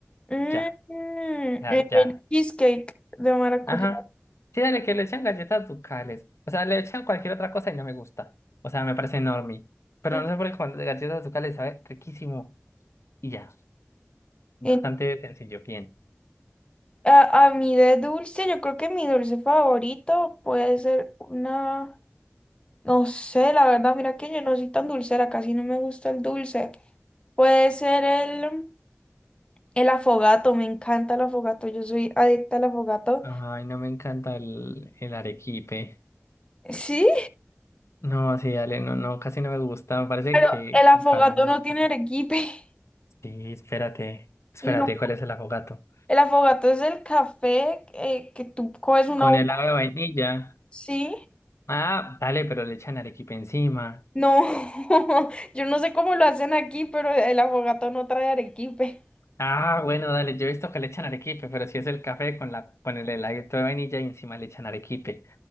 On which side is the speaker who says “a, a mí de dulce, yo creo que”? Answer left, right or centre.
Left